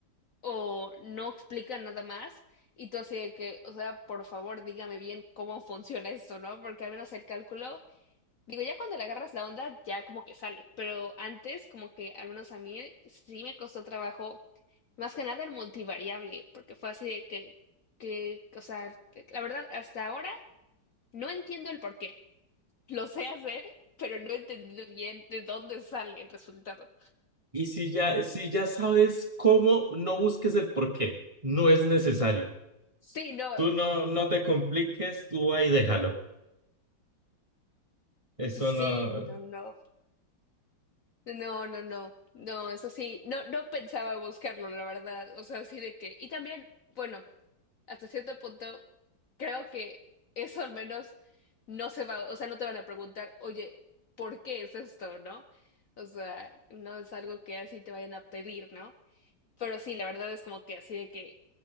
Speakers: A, on the left; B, on the right.
A: o no explican nada más, y tú así de que, o sea, por favor, dígame bien cómo funciona esto, ¿no? Porque al menos el cálculo Digo, ya cuando le agarras la onda, ya como que sale, pero antes como que al menos a mí sí me costó trabajo, más que nada el multivariable, porque fue así de que, que, o sea, la verdad, hasta ahora no entiendo el por qué. Lo sé hacer, pero no he entendido bien de dónde sale el resultado.
B: Y si ya, si ya sabes cómo, no busques el por qué, no es necesario.
A: Sí, no,
B: Tú no, no te compliques, tú ahí déjalo. Eso
A: sí,
B: no.
A: no, no, no, no, no, no, eso sí, no, no pensaba buscarlo, la verdad, o sea, así de que, y también, bueno. hasta cierto punto, creo que eso al menos no se va, o sea, no te van a preguntar, oye, ¿por qué es esto, no? O sea, no es algo que así te vayan a pedir, ¿no? Pero sí, la verdad es como que así de que